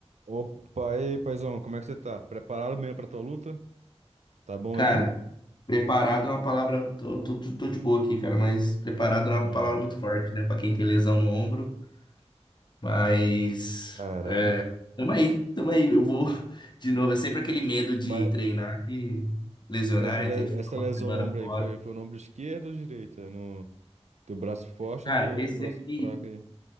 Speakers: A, on the right; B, on the left.
A: Opa, e aí, paizão, como é que você tá? Preparado mesmo pra tua luta? Tá bom
B: Cara,
A: aí?
B: preparado é uma palavra. Tô, tô, tô de boa aqui, cara, mas preparado é uma
A: Aham.
B: palavra muito forte, né? Pra quem tem lesão no ombro. Mas.
A: Caralho.
B: Tamo aí, tamo aí. Eu vou <laughs> de novo. É sempre aquele medo de
A: Mas,
B: treinar e lesionar
A: mas essa, le-
B: e ter que ficar
A: essa
B: uma
A: lesão
B: semana
A: no ombro
B: fora.
A: aí, foi, foi no ombro esquerdo ou direito? É No teu braço forte
B: Cara,
A: ou no teu,
B: esse
A: teu braço
B: aqui.
A: fraco aí?